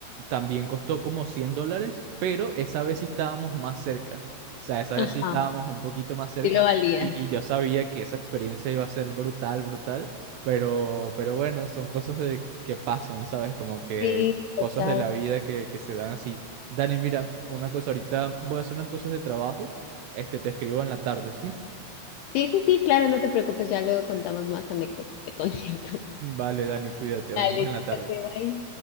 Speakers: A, on the right; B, on the left.
A: También costó como 100 dólares, pero esa vez sí estábamos más cerca. O sea, esa
B: Ajá,
A: vez sí estábamos un poquito más cerca
B: sí lo valía.
A: y, y yo sabía que esa experiencia iba a ser brutal, brutal, pero, pero bueno, son cosas de que pasan, ¿sabes? Como que
B: Sí,
A: cosas
B: total.
A: de la vida que, que se dan así. Dani, mira, una cosa, ahorita voy a hacer unas cosas de trabajo, este, te escribo en la tarde, ¿sí?
B: Sí, sí, sí, claro, no te preocupes, ya luego contamos más anécdotas de conciertos. <laughs>
A: Vale, Dani, cuídate, hablamos
B: Dale,
A: en
B: quédate,
A: la tarde.
B: bye.